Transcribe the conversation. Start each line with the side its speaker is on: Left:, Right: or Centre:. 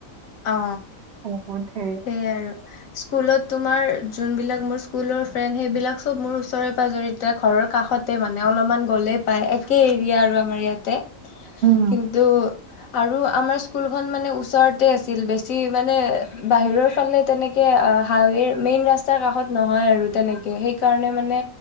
Left: অ,
Right: বহুত হেৰি
Left: সেইয়া আৰু, স্কুলত তোমাৰ যোনবিলাক মোৰ স্কুলৰ ফ্ৰেণ্ড সেইবিলাক চব মোৰ ওচৰে পাজৰে এতিয়া ঘৰৰ কাষতে মানে অলপমান গ'লে পায়, একে এৰিয়া আৰু আমাৰ ইয়াতে
Right: উম
Left: কিন্তু, আৰু আমাৰ স্কুল খন মানে ওচৰত <unintelligible> বেছি মানে বাহিৰৰ ফালে তেনেকে হাৰেই মেইন ৰাস্তাৰ কাষত নহয় আৰু তেনেকে সেইকাৰণে মানে